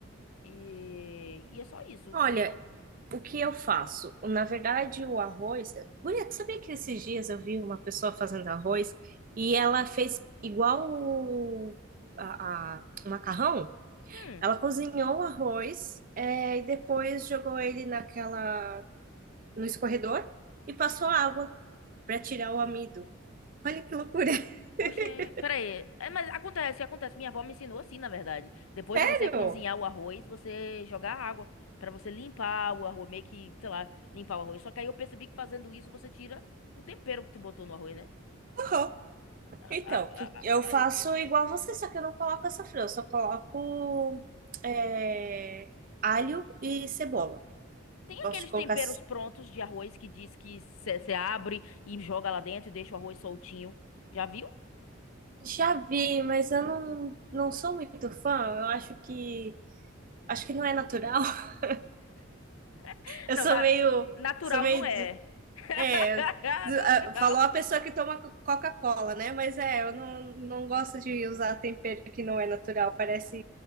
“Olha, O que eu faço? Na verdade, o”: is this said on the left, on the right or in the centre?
Right